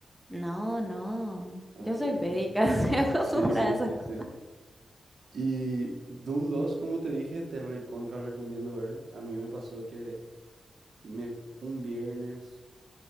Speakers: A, in the centre; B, on the right.
A: No, no.
B: Ah,
A: Yo
B: ok,
A: soy védica,
B: ok.
A: <laughs> estoy acostumbrada
B: Sí, sí,
A: a esas
B: sí,
A: cosas.
B: sí. Y Doom dos como te dije, te recontra recomiendo ver. A mí me pasó que me, un viernes.